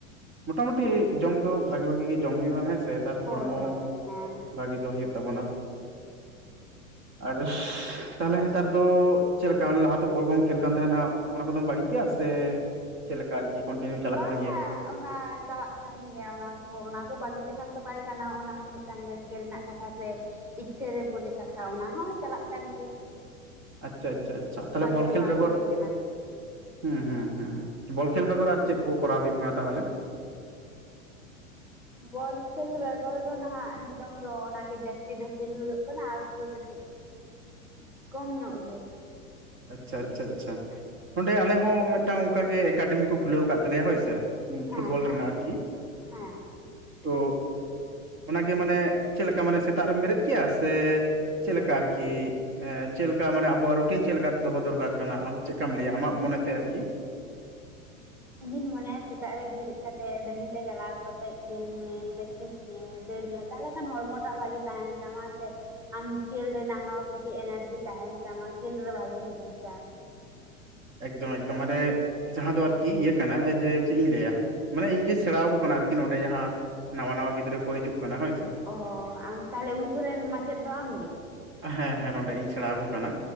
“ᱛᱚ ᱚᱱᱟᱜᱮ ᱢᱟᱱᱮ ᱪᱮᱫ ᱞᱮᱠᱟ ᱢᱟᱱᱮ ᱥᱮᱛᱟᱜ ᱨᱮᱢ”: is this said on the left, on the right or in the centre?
Right